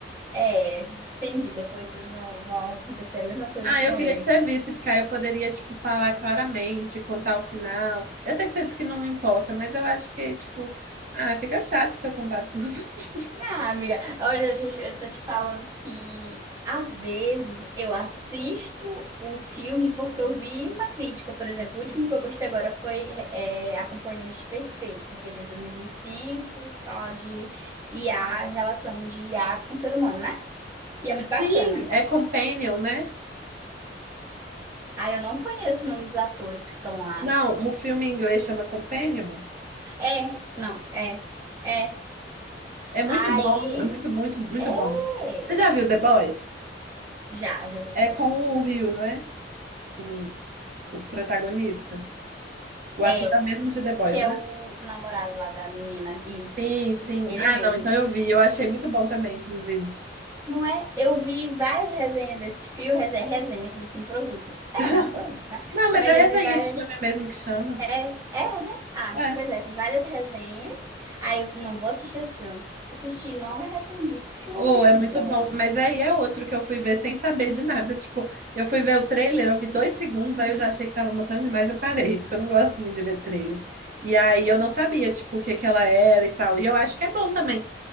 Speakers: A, on the right (about 20°); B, on the right (about 50°).
A: É, entendi. Depois eles vão, vão acontecer a mesma coisa
B: Ah,
A: com
B: eu queria
A: ele.
B: que você visse, porque aí eu poderia, tipo, falar claramente, contar o final. Eu sei que você disse que não importa, mas eu acho que, tipo, ah, fica chato se eu contar tudo. <laughs>
A: Ah, amiga, olha, eu eu tô te falando que às vezes eu assisto o filme porque eu vi uma crítica, por exemplo. O último que eu gostei agora foi é, Acompanhante Perfeita, aquele de 2025, que fala de IA, relação de IA com o ser humano, né? E é muito bacana.
B: Sim, é Companion, né?
A: Ah, eu não conheço o nome dos atores que estão lá.
B: Não, o filme em inglês chama Companion.
A: É, não, é, é.
B: É muito
A: Aí,
B: bom, é muito, muito, muito
A: é.
B: bom. Você já viu The Boys?
A: Já, já vi
B: É
A: The Boys.
B: com o Rio, não é? O, o protagonista. O ator
A: É,
B: é o mesmo de The Boys,
A: que é
B: né?
A: o, namorado lá da menina, isso,
B: Sim, sim.
A: ele
B: Ah,
A: mesmo.
B: não, então eu vi. Eu achei muito bom também, inclusive.
A: Não é? Eu vi várias resenhas desse filme, resenha, resenha como se fosse um produto. É,
B: <laughs>
A: mas é um produto, né?
B: Não, mas
A: Mas
B: é
A: eu vi
B: resenha
A: várias.
B: de filme mesmo que chama.
A: É, é resenha? Ah,
B: É.
A: pois é, vi várias resenhas. Aí eu falei, não vou assistir esse filme. Assisti, não me arrependi. Filme
B: Oh, é muito
A: bom.
B: bom. Mas aí é outro que eu fui ver sem saber de nada. Tipo, eu fui ver o trailer, eu vi dois segundos,
A: Uhum.
B: aí eu já achei que tava mostrando demais, eu parei, porque eu não gosto muito de ver trailer. E aí eu não sabia, tipo, o que que ela era e tal. E eu acho que é bom também.